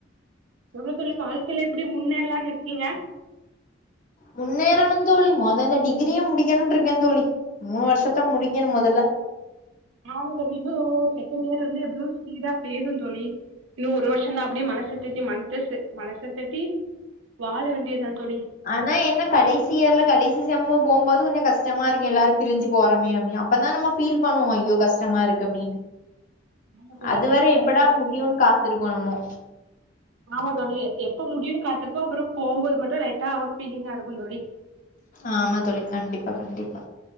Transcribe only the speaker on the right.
ஒரு துளி வாழ் வாழ்க்கையில எப்படி முன்னேற்லானு இருக்கீங்க
ஆமா தோழி இன்னு செகண்டியர் வந்து எப்பிடியு ஸ்பீடா பேயிறு தோழி இன்னு ஒரு வருஷந்தா அப்டியே மனசதேத்தி மனச சே மனசதேத்தி வாழ வேண்டிய தா தோழி
ஆமா தோழி
அதுவு கரெக்ட்டு
தா
தோழி
ஆமா தோழி எப்ப முடியுன் காத்துருப்போ அப்புறோ போம்போது மட்டு லைட்டா ஃபீலிங்கா இருக்கு தோழி